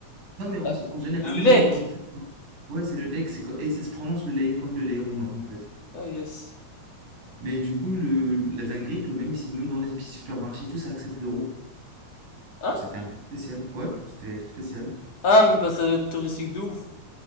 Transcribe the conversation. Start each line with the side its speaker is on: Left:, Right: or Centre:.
Right: Non, mais en,
Left: euh,
Right: en général,
Left: le lek.
Right: même les dents. Ouais, c'est le lek, c'est co- et ça se prononce le lei comme le lei roumain, en fait.
Left: Ah, yes.
Right: Mais du coup, le, la dinguerie, que même ici, même dans les petits supermarchés, et tout ça accepte l'euro.
Left: Hein?
Right: C'était un peu spécial. Ouais, c'était spécial.
Left: Ah, mais passage touristique de ouf.